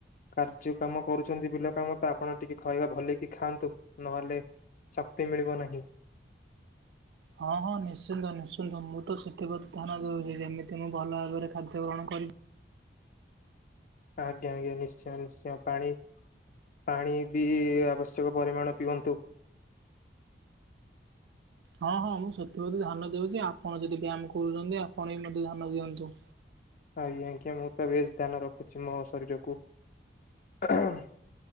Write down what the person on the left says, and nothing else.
କାର୍ଯ୍ୟ କାମ କରୁଚନ୍ତି ବିଲ କାମ ତ, ଆପଣ ଟିକେ ଖଇବା ଭଲେଇକି ଖାଆନ୍ତୁ ନହେଲେ ଶକ୍ତି ମିଳିବ ନାହିଁ।
ଆଜ୍ଞା ଆଜ୍ଞା ନିଶ୍ଚୟ ନିଶ୍ଚୟ ପାଣି ପାଣି ବି ଆବଶ୍ୟକ ପରିମାଣ ପିଅନ୍ତୁ।
ଆଜ୍ଞା ଆଜ୍ଞା ମୁଁ ତ ବେସ୍ ଧ୍ୟାନ ରଖୁଛି ମୋ ଶରୀରକୁ। <unintelligible>